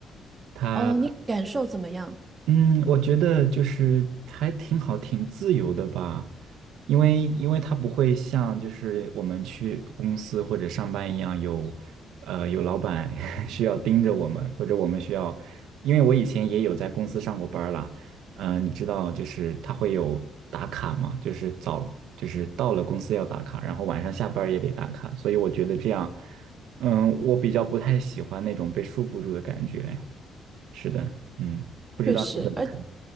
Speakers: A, on the right; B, on the right.
A: 它
B: 哦，你感受怎么样？
A: 嗯，我觉得就是还挺好，挺自由的吧，因为因为它不会像就是我们去公司或者上班一样有，呃，有老板 <laughs> 需要盯着我们，或者我们需要，因为我以前也有在公司上过班了，嗯、你知道就是它会有打卡嘛，就是早就是到了公司要打卡，然后晚上下班儿也得打卡，所以我觉得这样，嗯，我比较不太喜欢那种被束缚住的感觉。是的，嗯，不知道你怎么看？
B: 确实，而